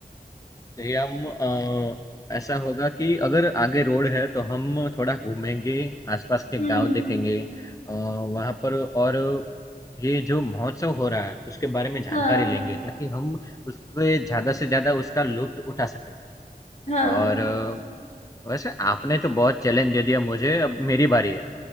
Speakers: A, on the left; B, on the left.
A: ये हम अ, ऐसा होगा कि अगर आगे रोड है तो हम थोड़ा घूमेंगे आसपास के
B: हम्म
A: गांव देखेंगे अ, वहाँ पर और ये जो महोत्सव हो रहा है उसके बारे में जानकारी
B: हाँ
A: लेंगे ताकि हम उसके ज़्यादा से ज़्यादा उसका लुत्फ उठा सके
B: हाँ
A: और अ, वैसे आपने तो बहुत चैलेंज दे दिया मुझे अब मेरी बारी है